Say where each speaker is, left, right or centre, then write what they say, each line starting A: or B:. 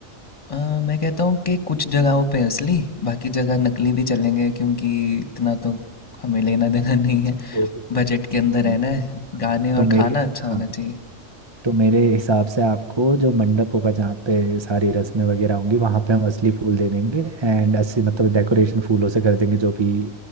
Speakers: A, on the left; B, on the right.
A: अ, मैं कहता हूँ कि कुछ जगहों पे असली, बाकी जगह नकली भी चलेंगे क्योंकि इतना तो हमें लेना-देना <laughs> नहीं है।
B: जी तो
A: बजट के
B: ठीक
A: अंदर रहना है,
B: हाँ
A: गाने और
B: तो मेरे
A: खाना अच्छा होना
B: हाँ
A: चाहिए।
B: तो मेरे हिसाब से आपको जो मंडप होगा जहाँ पे सारी रस्में वगैरह होंगी वहाँ पे हम असली फूल दे देंगे एंड असली मतलब डेकोरेशन फूलों से कर देंगे जो भी